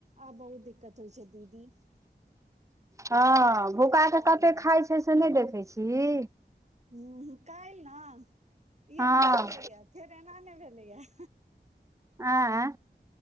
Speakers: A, on the right; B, on the right.
A: आ बहुत दिक्कत होइ छै दीदी
B: हँ भूका
A: कपड़ा
B: तऽ कते
A: धोइ मे
B: खाइ छै से नहि देखैत छिही
A: ह काल ने ई
B: हँ
A: एना भेलै या फेर एना नहि भेलै या
B: आ।